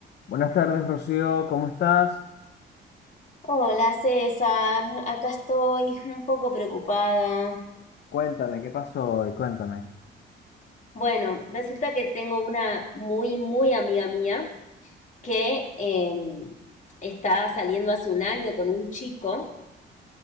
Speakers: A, on the left (about 60°); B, on the left (about 40°).
A: Buenas tardes, Rocío, ¿cómo estás?
B: Hola César, acá estoy un poco preocupada.
A: Cuéntame, ¿qué pasó hoy? Cuéntame.
B: Bueno, resulta que tengo una muy, muy amiga mía que em, está saliendo hace un año con un chico